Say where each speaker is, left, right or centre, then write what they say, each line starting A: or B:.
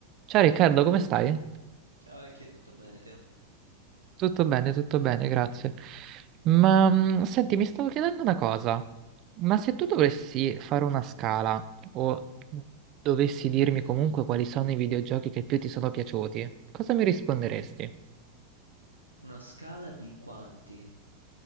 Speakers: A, on the right (about 35°); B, on the right (about 85°).
A: Ciao Riccardo, come stai?
B: Ciao, anche tutto bene te?
A: Tutto bene, tutto bene, grazie. Ma mh, senti, mi stavo chiedendo una cosa, ma se tu dovessi fare una scala o dovessi dirmi comunque quali sono i videogiochi che più ti sono piaciuti, cosa mi risponderesti?
B: Una scala di quanti?